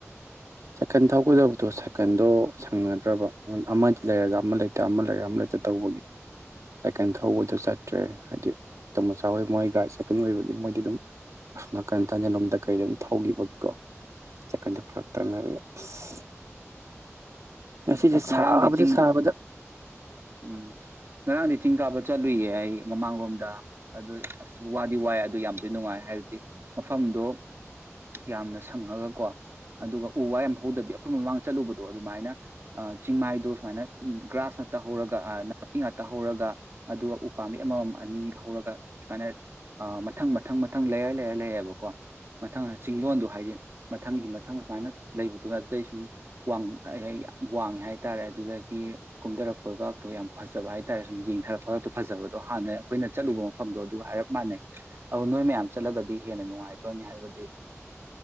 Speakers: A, on the right; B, on the right.
A: ꯁꯥꯏꯀꯜ ꯊꯧꯒꯗꯕꯗꯣ ꯁꯥꯏꯀꯜꯗꯣ ꯁꯪꯅꯗ꯭ꯔꯕ ꯑꯃꯗꯤ ꯂꯩꯔꯒ ꯑꯃ ꯂꯩꯇ ꯑꯃ ꯂꯩꯔꯒ ꯑꯃ ꯂꯩꯇ ꯇꯧꯕꯒꯤ꯫ ꯁꯥꯏꯀꯦꯟ ꯊꯧꯕꯗꯣ ꯆꯠ ꯇ꯭ꯔꯦ ꯍꯥꯏꯗꯤ ꯇꯃꯣꯆꯥ ꯍꯣꯏ ꯃꯣꯏꯒ ꯁꯥꯏꯀꯟ ꯂꯩꯕꯒꯤ ꯃꯣꯏꯗꯤ ꯑꯗꯨꯝ ꯑꯁꯣꯝ ꯅꯥꯀꯟ ꯇꯟꯖꯂꯣꯝꯗ ꯀꯩꯗ ꯑꯗꯨꯝ ꯊꯧꯈꯤꯕꯒꯀꯣ <unintelligible> ꯐꯔꯛ <unintelligible> ꯉꯁꯤꯁꯦ
B: ꯑꯁ ꯉꯔꯥꯡꯗꯤ
A: ꯁꯥꯕꯗ
B: ꯆꯤꯡ
A: ꯁꯥꯕꯗ
B: ꯎꯝ ꯉꯔꯥꯡꯗꯤ ꯆꯤꯡ ꯀꯥꯕ ꯆꯠꯂꯨꯏꯌꯦ ꯑꯩ ꯃꯃꯥꯡꯂꯣꯝꯗ ꯑꯗꯨ ꯑꯁ ꯋꯥꯗꯤ ꯋꯥꯏ ꯑꯗꯨ ꯌꯥꯝꯗꯤ ꯅꯨꯡꯉꯥꯏ ꯍꯥꯏꯕꯗꯤ ꯃꯐꯝꯗꯣ ꯌꯥꯝꯅ ꯁꯪꯉꯒꯀꯣ ꯑꯗꯨꯒ ꯎ ꯋꯥ ꯌꯥꯝ ꯍꯧꯗꯕꯤ ꯑꯩꯈꯣꯏ ꯃꯃꯥꯡ ꯆꯠꯂꯨꯕꯗꯣ ꯑꯗꯨꯃꯥꯏꯅ ꯆꯤꯡꯃꯥꯏꯗꯣ ꯁꯨꯃꯥꯏꯅ ꯒ꯭ꯔꯥꯁ ꯉꯥꯛꯇ ꯍꯧꯔꯒ ꯅꯥꯄꯤ ꯉꯥꯛꯇ ꯍꯧꯔꯒ ꯑꯗꯨꯒ ꯎꯄꯥꯥꯝꯕꯤꯠꯑꯃꯃꯝ ꯑꯅꯤ ꯍꯧꯔꯒ ꯁꯨꯃꯥꯏꯅ ꯃꯊꯪ ꯃꯊꯪ ꯃꯊꯪ ꯂꯩꯌꯔ ꯂꯩꯌꯔ ꯂꯩꯌꯦꯕꯀꯣ ꯃꯊꯪ ꯆꯤꯡꯂꯣꯟꯗꯣ ꯍꯥꯏꯗꯤ ꯃꯊꯪꯒꯤ ꯃꯊꯪ ꯁꯨꯃꯥꯏꯅ ꯂꯩꯕꯗꯨꯒ ꯑꯇꯩꯁꯨ ꯋꯥꯡ ꯋꯥꯡꯉꯦ ꯍꯥꯏꯇꯥꯔꯦ ꯑꯗꯨꯗꯒꯤ ꯀꯨꯝꯗꯔꯛꯄꯒꯥꯇꯣ ꯌꯥꯝ ꯐꯖꯕ ꯍꯥꯏ ꯇꯥꯔꯦ ꯁꯨꯝ ꯌꯦꯡꯊꯔꯛꯄꯒꯇꯣ ꯐꯖꯕꯗꯣ ꯍꯥꯟꯅ ꯑꯩꯈꯣꯏꯅ ꯆꯠꯂꯨꯕ ꯃꯐꯝꯗꯣ ꯑꯗꯨꯒ ꯍꯥꯏꯔꯞ ꯃꯥꯟꯅꯩ ꯑꯗꯣ ꯅꯣꯏ ꯃꯌꯥꯝ ꯆꯠꯂꯒꯗꯤ ꯍꯦꯟꯅ ꯅꯨꯡꯉꯥꯏꯗꯣꯏꯅꯤ ꯍꯥꯏꯕꯗꯤ